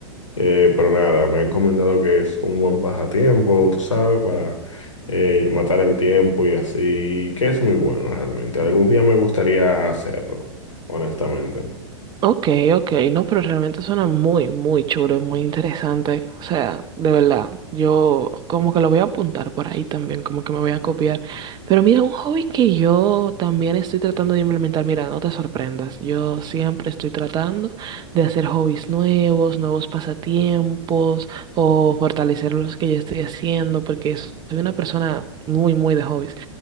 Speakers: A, on the left; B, on the right.
A: Eh, pero nada, me han comentado que es un buen pasatiempo, tú sabes, para eh, matar el tiempo y así, que es muy bueno realmente. Algún día me gustaría hacerlo, honestamente.
B: Ok, ok, no, pero realmente suena muy, muy chulo y muy interesante. O sea, de verdad, yo como que lo voy a apuntar por ahí también, como que me voy a copiar. Pero mira, un hobby que yo también estoy tratando de implementar, mira, no te sorprendas, yo siempre estoy tratando de hacer hobbies nuevos, nuevos pasatiempos o fortalecer los que ya estoy haciendo, porque soy una persona muy, muy de hobbies.